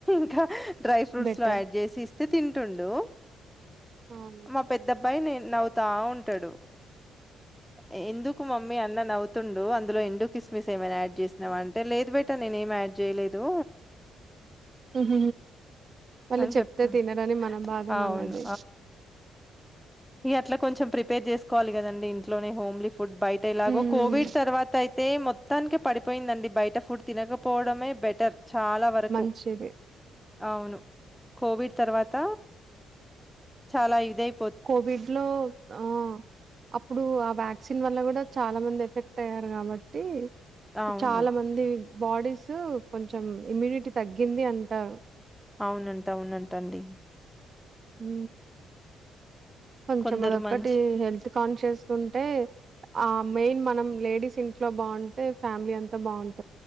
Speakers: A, in the centre; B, on the right (about 45°).
A: ఇకా డై ఫ్రూట్స్
B: బెటర్
A: లో యాడ్ చేసి ఇస్తా తింటుండు
B: అవును
A: మా పెద్ద అబ్బాయినే నవ్వుతా
B: రైట్
A: ఉంటాడు ఎందుకు మమ్మీ అన్న నవుతుండు అ లో ఎండు కిస్ స్ ఏమై యాడ్ చేసినవంటే లేదు బట్టి అ నేనే ఏం యాడ్ చేయలేదు
B: హహ వాళ్ళు
A: అని
B: చెప్తే
A: చెప్తాం.
B: తినరని మన బాధ మాన్నది
A: అవును. ఇ అట్లా కొంచం ప్రీపేర్ చేసుకోవాలి కదండి ఇంట్లోనే హోమ్లీ ఫు ఫుడ్ బయట ఎలాగో
B: హ్మ్
A: కోవిడ్ తర్వాత అయితే మొ త్తానిక పడిపోయిందండి బయట ఫుడ్ తినకపోవడమే బెటర్ చాలా వరకు
B: మంచిది
A: అవును కోవిడ్ తర్వాత చాలా ఇదయి
B: కోవిడ్ లో ఆ అప్పుడు ఆ వ్యాక్సిన్ వల్ల కూడా చాలా మంది ఎఫెక్ట్ అయ్యారు కాబట్టి
A: అవును.
B: చాలా మంది బాడీస్ కొంచెం ఇమ్యూనిటీ తగ్గింది అంటారు
A: అవునంట అవునంట అండి
B: హు కొంచెం
A: కొందరు
B: అదొక్కటి
A: మంచి
B: హెల్త్ కాన్షియస్ ఉంటే ఆ మెయిన్ మనం లేడీస్ ఇంట్లో బాగుంటే ఫ్యామిలీ అంతా బాగుంటు